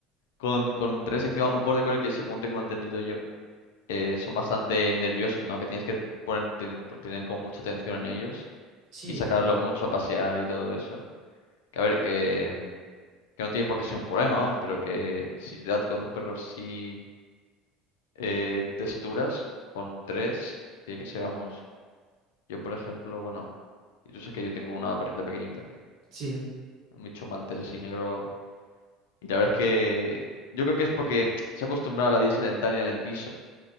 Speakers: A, on the left; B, on the right.
A: Con, con tres, encima un border collie que, según tengo entendido yo, eh, son bastante nerviosos, ¿no? Que tienes que poner, ten- tener como mucha atención en ellos
B: Sí,
A: y sacarlo
B: pero
A: mucho a pasear y todo eso. Que a ver, que, mm, que no tiene por qué ser un problema, vamos, pero que si date con dos perros sí eh, te saturas, con tres tiene que ser, vamos. Yo, por ejemplo, bueno, y tú sabes que yo tengo una perrita pequeñita, que,
B: sí,
A: un bicho maltés así negro Y la verdad es que yo creo que es porque se ha acostumbrado a la vida sedentaria en el piso,